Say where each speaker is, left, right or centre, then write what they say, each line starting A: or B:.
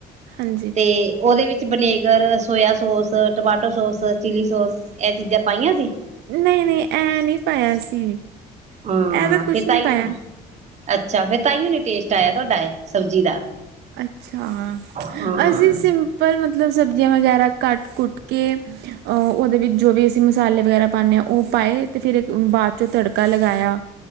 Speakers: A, on the right; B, on the right.
A: ਹਾਂਜੀ
B: ਤੇ ਉਹਦੇ ਵਿੱਚ vinegar soya sauce tomato sauce chilli sauce ਇਹ ਚੀਜ਼ਾਂ ਪਾਈਆਂ ਸੀ
A: ਨਹੀਂ ਨਹੀਂ ਐ ਨਹੀਂ ਪਾਇਆ ਸੀ
B: ਹਾਂ
A: ਇਹ ਤਾਂ ਕੁਛ
B: ਫਿਰ ਤਾਈ
A: ਨਹੀਂ ਪਾਇਆ।
B: ਅੱਛਾ ਫਿਰ ਤਾਂਹੀਓ ਨਹੀਂ ਟੇਸਟ ਆਇਆ ਤੁਹਾਡਾ ਇਹ ਸਬਜ਼ੀ ਦਾ
A: ਅੱਛਾ
B: ਹਾਂ।
A: ਅਸੀਂ ਸਿੰਪਲ ਮਤਲਬ ਮਤਲਬ ਸਬਜ਼ੀਆਂ ਵਗੈਰਾ ਕੱਟ ਕੁੱਟ ਕੇ ਅਹ ਉਹਦੇ ਵਿੱਚ ਜੋ ਵੀ ਅਸੀਂ ਮਸਾਲੇ ਵਗੈਰਾ ਪਾਉਂਦੇ ਹਾਂ ਉਹ ਪਾਏ ਤੇ ਫਿਰ ਬਾਅਦ ਚੋਂ ਤੜਕਾ ਲਗਾਇਆ